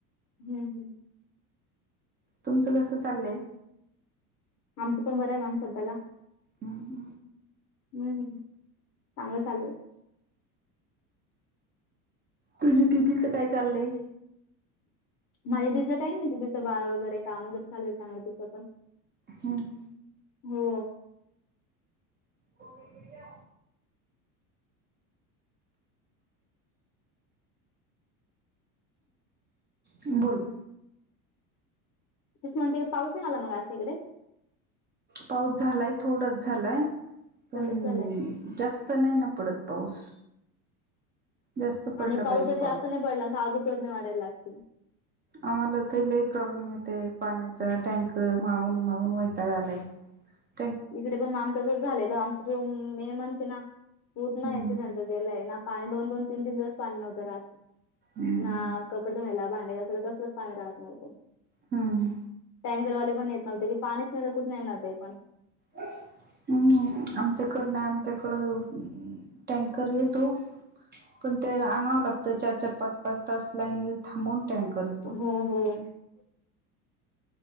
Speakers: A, on the left; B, on the right.
A: हम्म हम्.
B: तुमचं कसं चाललंय?
A: आमचं पण बरं आहे मॅम सध्याला.
B: हम् ह.
A: हम्म, <inaudible> चांगलं चालंय.
B: तुझी दीदीच काय चालय?
A: माझे दीदी काही नाहीत तिचं बाळ वगैरे, काम वगैरे चालूय चांगलं तिचं पण.
B: हम्.
A: हो.
B: होमल्या. <inaudible> बोल.
A: तेस म्ह तिकडे पाऊस नाही आला मग आज तिकड?
B: पाऊस झालाय थोडाच झालाय, पण
A: थोडंच झालंय
B: जास्त नाही न पडत पाऊस. जास्त पडला
A: आणि पाऊस
B: पाहिजे
A: जर जास्त नाही पडलांत आजू गरमी वाढायला लागतील.
B: आम्हाला तर लई प्रॉब्लेम येते पाण्याचा टँकर मागून-मागून वैताक आलाय. ह <inaudible>
A: इकडे पण आम तसच झालेलं. आमच जो मे मनतेना पूर्ण
B: हम्म
A: याच सारखं गेलंय ना पाणी दोन- दोन, तीन- तीन दिवस पाणी नव्हं राहत.
B: हम्म
A: ना कपडे धुवायला, भांडेायला घासायला, कसलं कसलंच पाणी राहत नव्हतो.
B: हम्म
A: टँकरवाले पण येत नव्हते. की पाणीच नाही तर कुठन येणार ते पण.
B: हम्म हम्, आमच्याकड नाही आमच्याकडं टँकर येतो. पण लागत चार- चार, पाच -पाच, तास लाईनल थांबवून टँकर येतो.
A: ह ह,